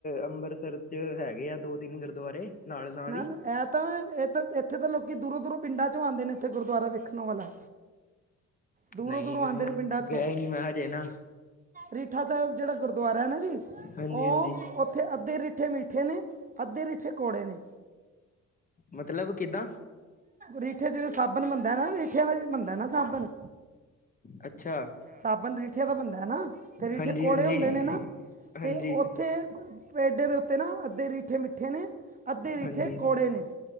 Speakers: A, on the left; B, on the right.
A: ਅੰਮ੍ਰਿਤਸਰ ਚ ਹੈਗੇ ਆ ਦੋ ਤਿੰਨ ਗੁਰਦੁਆਰੇ ਨਾਲ ਨਾਲ
B: ਨਾ
A: ਹੀ
B: ਇਹ ਤਾਂ ਇਹ ਤਾਂ ਇਥੇ ਤਾਂ ਲੋਕੀ ਦੂਰੋਂ- ਦੂਰੋਂ ਪਿੰਡਾਂ ਚੋਂ ਆਉਂਦੇ ਨੇ ਇੱਥੇ ਗੁਰਦੁਆਰਾ ਦੇਖਣ ਵਾਲਾ। ਦੂਰੋਂ
A: ਨਹੀਂ
B: ਦੂਰੋਂ ਆਉਂਦੇ
A: ਉਹ
B: ਨੇ ਪਿੰਡਾਂ ਚੋਂ
A: ਗਏ ਨੀ ਮੈਂ ਹਜੇ ਨਾ।
B: ਰੀਠਾ ਸੇਅਬ ਜਿਹੜਾ ਗੁਰਦੁਆਰਾ ਹੈਨਾ ਜੀ
A: ਹਾਂਜੀ
B: ਓ
A: ਹਾਂਜੀ
B: ਉੱਥੇ ਅੱਧੇ ਰੀ ਠੇ ਮਿੱਠੇ ਨੇ ਅੱਧੇ ਰੀਠੇ ਕੌੜੇ ਨੇ।
A: ਮਤਲਬ ਕਿੱਦਾਂ
B: ਰੀਠੇ ਜੇੜੇ ਸਾਬਣ ਬਣਦੈ ਨਾ ਰੀਠਿਆਂ ਦਾ ਵੀ ਬਣਦੈ ਨੇ ਸਾਬਣ।
A: ਅੱਛਾ
B: ਸਾਬਨ ਰਿਠਿਆ ਦਾ ਬਣਦੈ ਨਾ ਤੇ ਰੀਠੇ
A: ਹਾਂਜੀ
B: ਕੋੜੇ
A: ਹਾਂਜੀ
B: ਹੁੰਦੇ ਨੇ ਨਾ
A: ਹਾਂਜੀ
B: 'ਤੇ ਉ ਥੇ ਪੈਡੇ ਦੇ ਉੱਤੇ ਨਾ ਅੱਧੇ ਰੀਠੇ ਮਿੱਠੇ ਨੇ ਅੱਧੇ ਰੀਠੇ
A: ਹਾਂਜੀ
B: ਕੋੜੇ ਨੇ।